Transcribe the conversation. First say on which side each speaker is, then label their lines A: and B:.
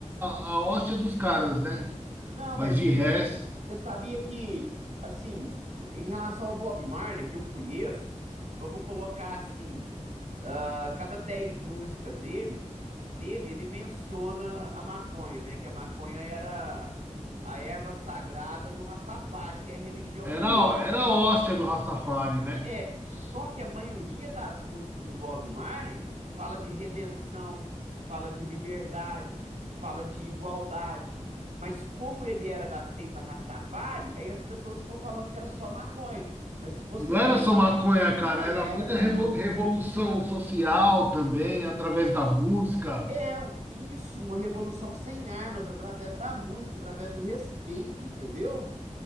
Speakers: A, on the right; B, on the right.
A: a hóstia dos caras, né?
B: Não,
A: Mas
B: mas
A: de resto,
B: Você sabia que, assim, d- em relação ao Bob Marley, que eu conheço, vamos colocar assim, ah, cada 10 músicas deles, dele, ele menciona a maconha, né? Que a maconha era a erva sagrada do Rastafari, que é a religião
A: era,
B: dele, né?
A: era a hóstia do Rastafari, né?
B: É, só que a maioria das músicas do Bob Marley fala de redenção, fala de liberdade, fala de igualdade. Mas como ele era da seita Rastafari, aí as pessoas ficam falando que era só maconha. Mas se você
A: Não
B: pega,
A: era só maconha,
B: não
A: cara,
B: era,
A: era muita
B: não.
A: revo- revolução social também, através da música.
B: É isso, uma revolução sem armas, através da música, através do respeito, entendeu?